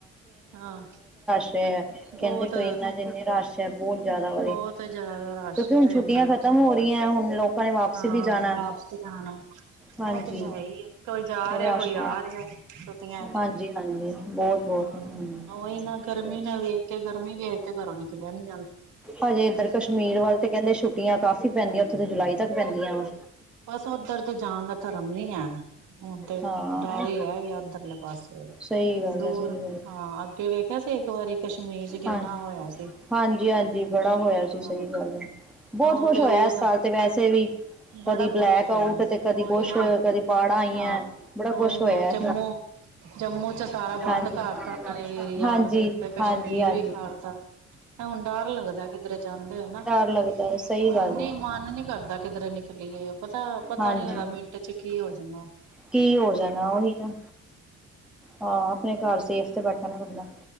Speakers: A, on the right; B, in the centre.
A: ਹਾਂ।
B: ਅੱ ਕਹਿੰਦੇ
A: ਬਹੁਤ
B: ਟ੍ਰਰੇਨਾਂ ਚ ਇੰਨੇ ਰਸ਼ ਬਹੁਤ ਜ਼ਿਆਦਾ ਵੇ।
A: ਬਹੁਤ ਜ਼ਿਆਦਾ ਰਸ਼
B: ਕਿਉਂਕਿ
A: ਟ੍ਰੇਨਾਂ
B: ਹੁਣ ਛੁੱਟੀਆਂ ਖਤਮ
A: ਚ
B: ਹੋ ਰਹੀਆਂ ਹੁਣ, ਲੋਕਾਂ ਨੇ ਵਾਪਸੀ
A: ਹਾਂ
B: ਵੀ ਜਾਣਾ।
A: ਵਾਪਸੀ ਆਣਾ
B: ਹਾਂਜੀ
A: ਉਹ ਤੇ ਹੈ ਹੀ ਹੈ ਕੋਈ ਜਾ ਰਿਹਾ
B: ਰਸ਼।
A: ਕੋਈ ਆ ਰਿਹਾ ਛੁੱਟੀਆਂ ਚ
B: ਹਾਂਜੀ-ਹਾਂਜੀ ਬਹੁਤ-ਬਹੁਤ
A: ਹਾਂ
B: ਹਾਂ।
A: ਉਹੀ ਨਾ ਗਰਮੀ ਨੇ ਵੇਖ ਕੇ ਗਰਮੀ ਵੇਖ ਕੇ ਘਰੋਂ ਨਿਕਲਿਆ ਨ
B: ਹਜੇ ਇੱਧਰ ਕਸ਼ਮੀਰ ਵੱਲ ਤੇ ਕਹਿੰਦੇ ਛੁੱਟੀਆਂ ਕਾਫ਼ੀ ਪੈਂਦੀਆਂ ਉੱਥੇ ਤਾਂ ਜੁਲਾਈ ਤੱਕ ਪੈਂਦੀਆਂ ਵਾ।
A: ਬਸ ਉਧਰ ਤੇ ਜਾਣ ਦਾ ਧਰਮ ਨੀ ਹੈ ਹੁਣ ਤੇ
B: ਹਾਂ
A: ਡਰ ਹੀ ਰਹਿ ਗਿਆ ਉੱਧਰਲੇ ਪਾਸੇ
B: ਸਹੀ ਗੱਲ
A: ਦੂਰ
B: ਹੈ ਸਹੀ ਗੱਲ
A: ਹਾਂ ਅੱਗੇ ਵੇਖਿਆ ਸੀ ਇੱਕ ਵਾਰੀ ਕਸ਼ਮੀਰ ਚ ਕਿੰਨਾ
B: ਹਾਂ
A: ਹੋਇਆ ਸੀ।
B: ਹਾਂਜੀ-ਹਾਂਜੀ, ਬੜਾ ਹੋਇਆ
A: ਹਾਂ
B: ਸੀ ਸਹੀ ਗੱਲ ਆ, ਬਹੁਤ
A: ਉਹ
B: ਕੁਸ਼
A: ਤੇ
B: ਹੋਇਆ
A: ਉਦੋਂ
B: ਇਸ
A: ਦਾ
B: ਸਾਲ ਤੇ ਵੈਸੇ ਵੀ
A: ਬੜਾ
B: ਕਦੀ ਬਲੈਕ
A: ਕੁਛ ਹੋਇਆ
B: ਆਊਟ ਤੇ ਕਦੀ
A: ਉਹੀ
B: ਕੁਛ
A: ਨਾ
B: ਕਦੀ ਬਾੜਾ ਆਈਆਂ
A: ਹਾਂ
B: ਬੜਾ ਕੁਛ
A: ਉਹੀ
B: ਹੋਇਆ,
A: ਨਾ ਜੰਮੂ ਜੰਮੂ ਚ ਸਾਰਾ ਬੰਦ
B: ਹਾਂਜੀ-ਹਾਂਜੀ-ਹਾਂਜੀ-ਹਾਂਜੀ।
A: ਕਰਤਾ ਉਹਨਾਂ ਨੇ ਏਰੀਆ ਫਿਰ ਕਸ਼ਮੀਰ ਵੀ ਕਰਤਾ ਹੁਣ ਡਰ ਲੱਗਦਾ ਕਿਧਰੇ ਜਾਂਦੇ ਹੋ ਨਾ,
B: ਲੱਗਦਾ ਐ ਸਹੀ
A: ਹੁਣ
B: ਗੱਲ
A: ਨੀ
B: ਐ
A: ਮਨ ਨੀ ਕਰਦਾ ਕਿਧਰੇ ਨਿਕਲੀਏ ਪਤਾ, ਪਤਾ
B: ਹਾਂਜੀ।
A: ਨਹੀਂ ਹੈਗਾ ਮਿੰਟ ਚ ਕੀ ਹੋ ਜਾਣਾ।
B: ਕੀ ਹੋ ਜਾਣਾ ਉਹੀ ਨਾ, ਹਾਂ ਆਪਣੇ ਘਰ ਸੇਫ ਤੇ ਬੈਠਾ ਨਾ ਬੰਦਾ।